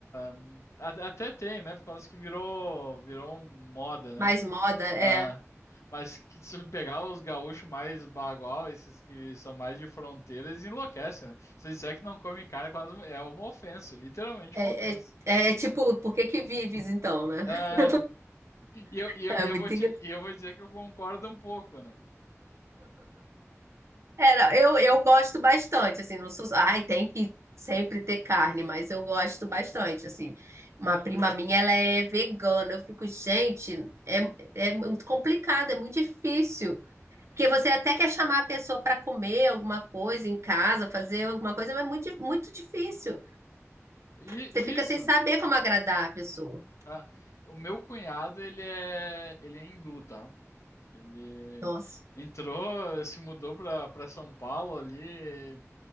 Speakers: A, on the left; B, on the right.
A: hum, a- até tem, né? Por causa que virou, virou um moda, né?
B: Mais moda, é.
A: Ah, mas que se pegar os gaúchos mais bagual, esses que são mais de fronteira, eles enlouquecem, né? Se disser que não come carne, é quase é uma ofensa, literalmente
B: É,
A: uma ofensa.
B: é, é é tipo, por que que vives então, né?
A: Ah,
B: <laughs>
A: e eu, e eu,
B: É
A: e
B: muito
A: eu vou te,
B: engraçado.
A: e eu vou dizer que eu concordo um pouco, né?
B: É, não, eu, eu gosto bastante, assim, não sou. Ai, tem que sempre ter carne, mas eu gosto bastante, assim. Uma prima minha, ela é vegana. Eu fico, gente, é, é muito complicado, é muito difícil. Porque você até quer chamar a pessoa para comer alguma coisa em casa, fazer alguma coisa, mas é muito, di- muito difícil.
A: E
B: Você fica
A: isso,
B: sem saber como agradar a pessoa.
A: ah, o meu cunhado, ele é, ele é hindu, tá? Ele
B: Nossa.
A: entrou, se mudou para para São Paulo ali,